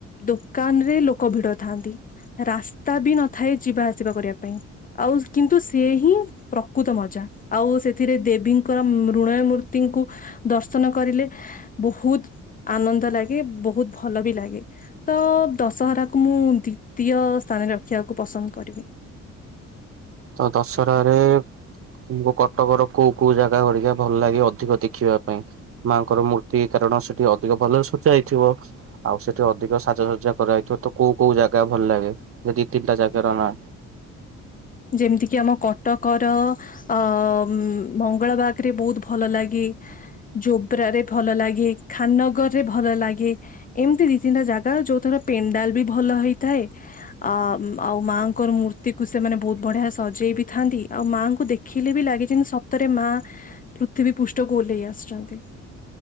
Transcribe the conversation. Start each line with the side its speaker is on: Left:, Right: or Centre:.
Left: ଦୋକାନ୍ ରେ ଲୋକ ଭିଡ ଥାନ୍ତି। ରାସ୍ତା ବି ନଥାଏ ଯିବା ଆସିବା କରିବା ପାଇଁ, ଆଉ କିନ୍ତୁ ସିଏ ହିଁ ପ୍ରକୃତ ମଜା ଆଉ ସେଥିରେ ଦେବୀଙ୍କର ମୃଣୟ ମୂର୍ତ୍ତିଙ୍କୁ ଦର୍ଶନ କରିଲେ ବୋହୁତ୍ ଆନନ୍ଦ ଲାଗେ, ବୋହୁତ୍ ଭଲ ବି ଲାଗେ। ତ ଦଶହରାକୁ ମୁଁ ଦ୍ଵିତୀୟ ସ୍ଥାନରେ ରଖିଆକୁ ପସନ୍ଦ କରିବି।
Right: ତ ଦଶରା ରେ ମୁଁ କଟକ ର କୋଉ କୋଉ ଜାଗା ଗରିକା ଭଲ୍ ଲାଗେ ଅଧିକ ଦେଖିବା ପାଇଁ, ମାଆଙ୍କର ମୂ ତି କାରଣ ସେଠି ଅଧିକ ଭଲରେ ସଜା ହେଇଥିବ। ଆଉ ସେଠି ଅଧିକ ସାଜସଜା କରାହେଇଥିବ ତ କୋଉ କୋଉ ଜାଗା ଭଲ୍ ଲାଗେ? ଯେ ଦି ତିନ୍ଟା ଜାଗ ର ନାଁ।
Left: ଯେମିତି କିି ଆମ କଟକର ଅ- ମ୍ -ମଙ୍ଗଳା ବାଗ୍ ରେ ବୋହୁତ୍ ଭଲ ଲାଗେ, ଜୋବ୍ରା ରେ ଭଲ ଲାଗେ, ଖାନ୍ ନଗର୍ ରେ ଭଲ ଲାଗେ ଏମ୍ତି ଦି ତିନ୍ଟା ଜାଗା ଯୋଉଥର ପେଣ୍ଡାଲ୍ ବି ଭଲ ହୋଇଥାଏ। ଆ- ମ୍ ଆଉ ମାଆଙ୍କର ମୂର୍ତ୍ତି କୁ ସେମାନେ ଭୋଉତ୍ ବଢିଆ ସଜେଇ ବି ଥାନ୍ତି, ଆଉ ମାଆଙ୍କୁ ଦେଖିଲେ ବି ଲାଗି ଯେମତି ସତରେ ମା ପୃଥିବୀ ପୁଉଷ୍ଠକୁ ଓହ୍ଲେଇ ଆସିଛନ୍ନ୍ତି।